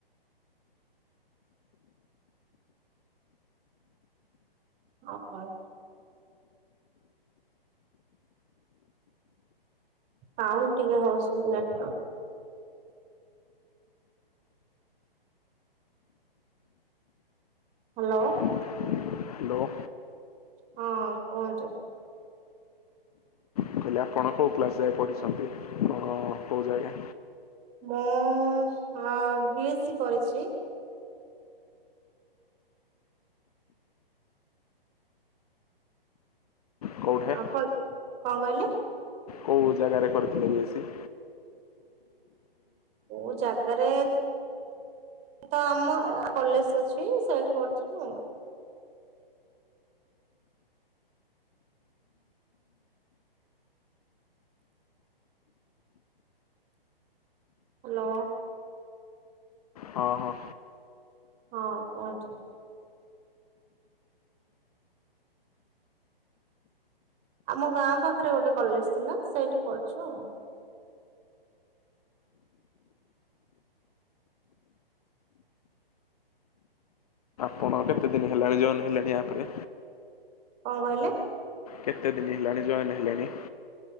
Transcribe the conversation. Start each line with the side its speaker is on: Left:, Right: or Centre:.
Right: ଆଉ ଆପଣ? ସାଉଣ୍ଟ ଟିକେ ହଉଛି ନେଟ୍‌ୱାକ୍। ହ୍ୟାଲୋ।
Left: ହ୍ୟାଲୋ।
Right: ହଁ କୁହନ୍ତୁ?
Left: କହିଲି ଆପଣ କୋଉ କ୍ଲାସ ଯାଏ ପଢ଼ିଛନ୍ତି କଣ କୋଉ ଜାଗା?
Right: ମୁଁ ଆଁ ବିଏ ସି କରିଛି।
Left: କେଉଁଠେ
Right: ଆପଣ କଣ କହିଲେ?
Left: କୋଉ ଜାଗାରେ କରିଥିଲେ ବି ଏ ସି?
Right: କୋଉ ଜାଗାରେ ତ ଆମ କଲେଜ ଅଛି ସେଇଠି କରୁଥିଲୁ ଆଉ। ହ୍ୟାଲୋ।
Left: ହଁ ହଁ।
Right: ହଁ କୁହନ୍ତୁ। ଆମ ଗାଁ ପାଖରେ ଗୋଟେ କଲେଜ ଥିଲା, ସେଇଠି କରିଚୁ ଆଉ।
Left: ଆପଣ କେତେ ଦିନି ହେଲାଣି ଜଏନ୍ ହେଲେଣି ଆପରେ?
Right: କଣ କହିଲେ?
Left: କେତେ ଦିନି ହେଲାଣି ଜଏନ ହେଲେଣି?